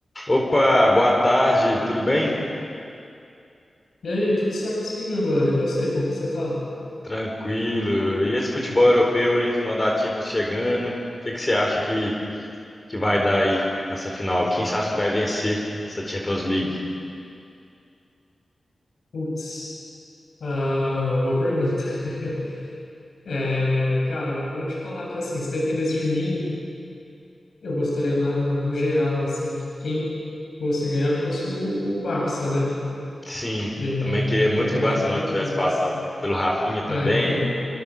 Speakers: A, on the left (about 20°); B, on the left (about 70°).
A: Opa, boa tarde, tudo bem?
B: E aí, tudo certo sim, meu mano? E você, como que você tá?
A: Tranquilo. E esse futebol europeu, hein? Final da Champions chegando. O que que você acha que, que vai dar aí nessa final? Quem você acha que vai vencer essa Champions League?
B: Putz, ah, boa pergunta. <laughs> É, cara, eu vou te falar que, assim, se dependesse de mim, eu gostaria, na, na- no geral, assim, que quem fosse ganhar fosse o, o Barça, né?
A: Sim,
B: Que é,
A: também queria muito que
B: é o
A: o Barcelona
B: time que eu
A: tivesse
B: curto,
A: passado,
B: assim.
A: né? Pelo Rafinha também,
B: Ah, então,